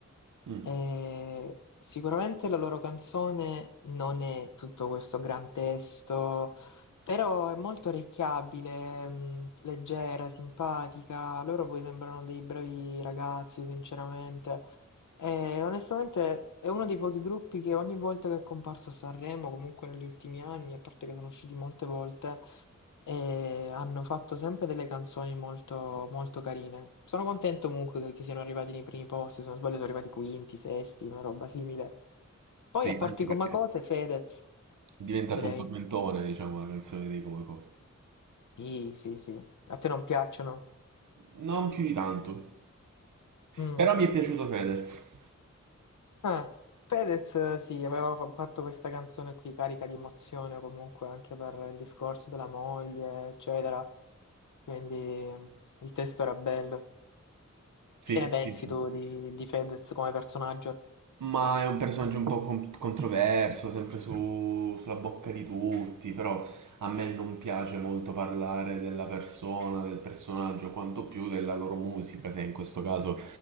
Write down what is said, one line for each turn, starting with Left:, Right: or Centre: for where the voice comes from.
Right: Mm.
Left: Eh, sicuramente la loro canzone non è tutto questo gran testo, però è molto orecchiabile, mh, leggera, simpatica. Loro poi sembrano dei bravi ragazzi, sinceramente. E onestamente è uno dei pochi gruppi che ogni volta che è comparso a Sanremo, comunque negli ultimi anni, a parte che sono usciti molte volte e hanno fatto sempre delle canzoni molto, molto carine. Sono contento comunque che siano arrivati nei primi posti, se non sbaglio sono arrivati quinti, sesti, una roba simile. Poi
Right: Sì,
Left: a parti
Right: anche
Left: come
Right: perché
Left: cose,
Right: è
Left: Fedez,
Right: diventato
Left: direi.
Right: un tormentone, diciamo, la canzone di Come Cosa.
Left: Sì, sì, sì. A te non piacciono?
Right: Non più di tanto.
Left: Mm.
Right: Però mi è piaciuto Fedez.
Left: Eh, Fedez, eh, sì, aveva fa- fatto questa canzone qui carica di emozione comunque anche per il discorso della moglie, eccetera. Quindi mm, il testo era bello.
Right: Sì,
Left: Che ne pensi
Right: sì, sì.
Left: tu di, di Fedez come personaggio?
Right: Ma è un personaggio un po' con- controverso, sempre su- sulla bocca di tutti, però a me non piace molto parlare della persona, del personaggio, quanto più della loro musica, se in questo caso